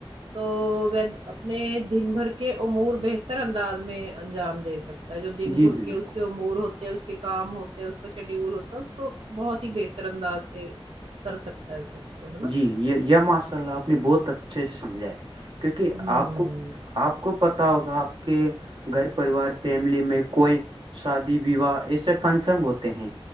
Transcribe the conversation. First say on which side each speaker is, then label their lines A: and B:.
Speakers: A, on the right; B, on the right.
A: تو وے اپنے دن بھر کے امور بہتر انداز میں انجام دے سکت جو دن
B: جی
A: بھر
B: بالکل
A: کے اس کے امور ہوتے ہے اس کے کام ہوتے ہیں اس کا شیڈول ہوتا ہے اس کو بہت ہی بہتر انداز سے کر سکتا ہے سب کو ہے نا
B: جی یہ یہ ماشاء اللہ آپ نے بہت اچھے سے سمجھا ہے کیونکہ
A: ہوں
B: آپ کو آپ کو پتا ہوگا آپ کے گھر پریوار فیملی میں کوئی شادی ویواہ ایسے فنشن ہوتے ہیں